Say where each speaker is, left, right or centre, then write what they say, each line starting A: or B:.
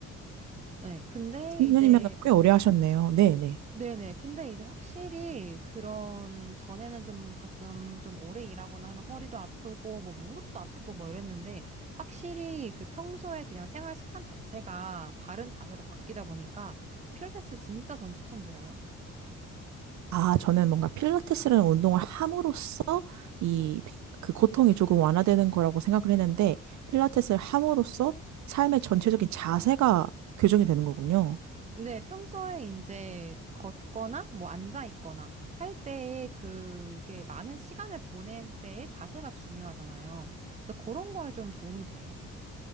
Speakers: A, on the right (about 25°); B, on the right (about 65°).
A: 네, 근데
B: 3년이면
A: 이제
B: 꽤 오래 하셨네요. 네, 네.
A: 네네. 근데 이제 확실히 그런 전에는 좀 가끔 좀 오래 일하거나 하면 허리도 아프고 뭐 무릎도 아프고 뭐 이랬는데 확실히 그 평소에 그냥 생활 습관 자체가 바른 자세로 바뀌다 보니까 필라테스 진짜 전 추천드려요.
B: 아, 저는 뭔가 필라테스라는 운동을 함으로써 이 그 고통이 조금 완화되는 거라고 생각을 했는데 필라테스를 함으로써 삶의 전체적인 자세가 교정이 되는 거군요.
A: 근데 평소에 이제 걷거나 뭐 앉아 있거나 할 때에 그게 많은 시간을 보낼 때의 자세가 중요하잖아요. 그래서 그런 거에 좀 도움이 돼요.